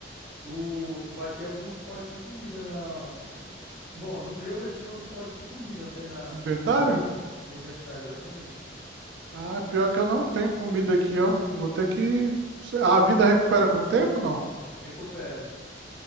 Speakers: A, in the centre; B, on the right.
A: Tu, tu vai ter alguns potes de comida na... Bom, no meu ele tem uns potes de comida, não tem na,
B: Inventário?
A: na bolsa? No inventário, exatamente.
B: Ah, pior que eu não tenho comida aqui, ó. Vou ter que. A vida recupera com o tempo, não?
A: Recupera.